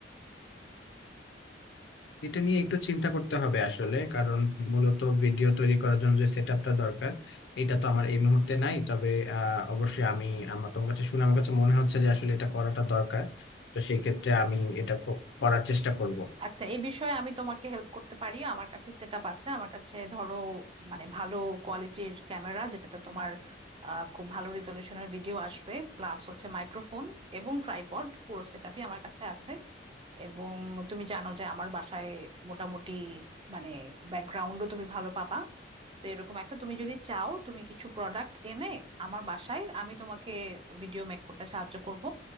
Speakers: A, on the left; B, on the right.
A: এটা নিয়ে একটু চিন্তা করতে হবে আসলে কারণ মূলত ভিডিও তৈরি করার জন্য যে সেট আপটা দরকার এটা তো আমার এই মুহূর্তে নাই তবে আহ অবশ্যই আমি আমার তোমার কাছে শুনে আমার কাছে মনে হচ্ছে যে আসলে এটা করাটা দরকার তো সেই ক্ষেত্রে আমি এটা ক- করার চেষ্টা করব
B: আচ্ছা এই বিষয়ে আমি তোমাকে হেল্প করতে পারি আমার কাছে সেট আপ আছে আমার কাছে ধরো মানে ভালো কোয়ালিটির ক্যামেরা যেটাতে তোমার আহ, খুব ভালো রেজলিউশনের ভিডিও আসবে প্লাস হচ্ছে মাইক্রোফোন এবং ট্রাইপড পুরো সেট আপই আমার কাছে আছে এবং তুমি জানো যে আমার বাসায় মোটামুটি মানে ব্যাকগ্রাউন্ডও তুমি ভালো পাবা তো এরকম একটা তুমি যদি চাও তুমি কিছু প্রোডাক্ট এনে আমার বাসায় আমি তোমাকে ভিডিও মেক করতে সাহায্য করব